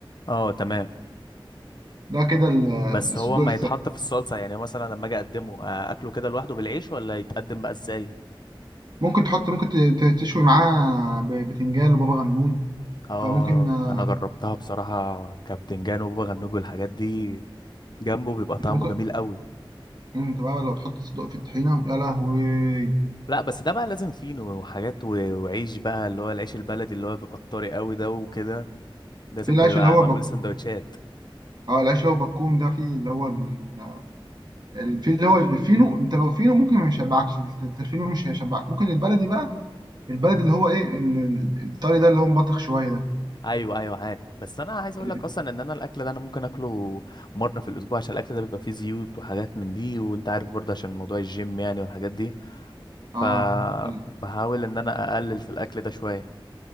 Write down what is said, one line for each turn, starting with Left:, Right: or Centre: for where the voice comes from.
Left: اه تمام
Right: ده كده ال-
Left: بس
Right: الصدوق
Left: هو ما يتحط في الصلصة يعني هو مثلا لما اجي اقدمه آه، اكله كده لوحده بالعيش ولا يتقدم بقى ازاي
Right: ممكن تحط ممكن ت- ت- تشوي معاه ب- بتنجان وبابا غنون
Left: اه
Right: فممكن آه،
Left: انا جربتها بصراحة كابتن جان وبابا غنوج والحاجات دي جنبه بيبقى طعمه
Right: انت ممكن
Left: جميل قوي
Right: انت بقى لو تحط صدق في الطحينه يا لهوي
Left: لا بس ده بقى لازم فينو وحاجات و- وعيش بقى اللي هو العيش البلدي اللي هو بيبقى الطري قوي ده وكده لازم
Right: في العيش
Left: تبقى
Right: اللي هو
Left: معمول
Right: بك...
Left: سندوتشات
Right: اه العيش اللي هو بكون ده في اللي هو ال- ال- في اللي هو الفينو انت لو فينو ممكن ما يشبعكش الت- الفينو مش هيشبعك ممكن البلدي بقى البلد اللي هو ايه ال- ال- الطري ده اللي هو مبطخ شويه ده
Left: ايوه ايوه عارف بس انا عايز اقول
Right: اللي
Left: لك
Right: بت...
Left: اصلا ان انا الاكل ده انا ممكن اكله مره في الاسبوع عشان الاكل ده بيبقى فيه زيوت وحاجات من دي وانت عارف برضه عشان موضوع الجيم يعني والحاجات دي فبحاول
Right: اه ال-
Left: ان انا اقلل في الاكل ده شويه